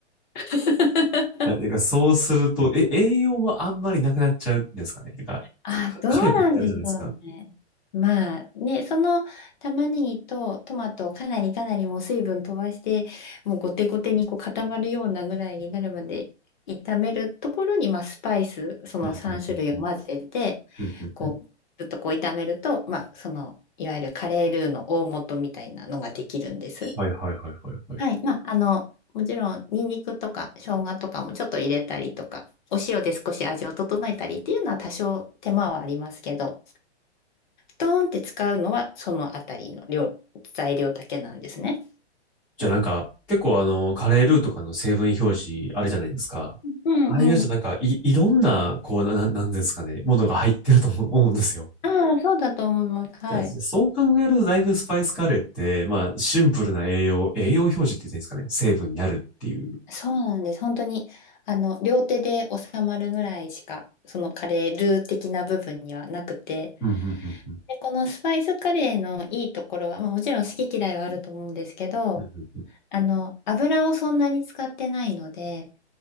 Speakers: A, on the left; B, in the centre.
A: <laughs>
B: あてからそうすると、え、栄養はあんまりなくなっちゃうんですかね。てか、
A: あ、
B: かか火力ってあるじゃないですか。
A: どうなんでしょうね。まあね、その玉ねぎとトマトをかなりかなりもう水分飛ばして、もうゴテゴテにこう固まるようなぐらいになるまで炒めるところに、まあ、スパイス、その3種類を混ぜて、
B: うんうんうんうんうんうんうん
A: こう、ずっとこう炒めると、まあ、その、いわゆるカレールーの大元みたいなのができるんです。
B: はいはいはいはいはい。
A: はい。まあ、あの、もちろん、ニンニクとか生姜とかもちょっと入れたりとか、お塩で少し味を整えたりっていうのは多少手間はありますけど、ドーンって使うのはそのあたりの量、材料だけなんですね。
B: じゃあなんか、結構あの、カレールーとかの成分表示あるじゃないですか。
A: うんうん。
B: ああいうとなんか、い、いろんな、こう、な、ななんですかね、ものが入ってると思う、思うんですよ。
A: ああ、そうだと思います。はい。
B: じゃあそう考えると、だいぶスパイスカレーって、まあ、シンプルな栄養、栄養表示って言っていいんですかね、成分になるっていう。
A: そうなんです。本当に、あの、両手で収まるぐらいしか、そのカレールー的な部分にはなくて、
B: うんうんうんうん
A: で、このスパイスカレーのいいところは、まあ、もちろん好き嫌いはあると思うんですけど、
B: うんうんうん
A: あの、油をそんなに使ってないので、